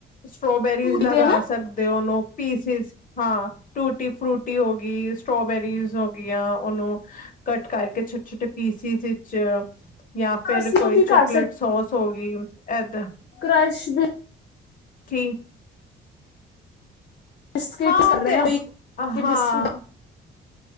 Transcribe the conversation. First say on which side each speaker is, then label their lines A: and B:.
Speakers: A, on the left; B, on the left.
A: ਸਟ੍ਰੋਬੇਰੀਜ਼
B: ਟੂਟਦੇ
A: ਲਗਾ
B: ਆ ਨਾ
A: ਸਕਦੇ ਤੇ ਉਹਨੂੰ ਪੀਸਿਸ ਹਾਂ ਟੂਟੀ ਫਰੂਟੀ ਹੋ ਗਈ, ਸਟ੍ਰੋਬੇਰੀਜ਼ ਹੋ ਗੀਆਂ ਉਹਨੂੰ ਕੱਟ ਕਰਕੇ ਛੋਟੇ-ਛੋਟੇ ਪੀਸਿਸ ਵਿੱਚ, ਜਾਂ ਫੇਿਰ
B: ਅਸੀਂ
A: ਕੋਈ
B: ਉਹ ਵੀ
A: ਚੋਕਲੇਟ
B: ਕਰ
A: ਸੋਸ ਹੋ ਵੀ, ਏਦਾਂ
B: ਕ੍ਰਸ਼ ਵੀ
A: ਠੀਕ।
B: ਬਿਸਕਿਟ
A: ਹਾਂ
B: ਕਰ
A: ਤੇ,
B: ਰਹੇ
A: ਹਾਂ
B: ਕੇ
A: ਹਾਂ,
B: ਬਿਸਕੁਟ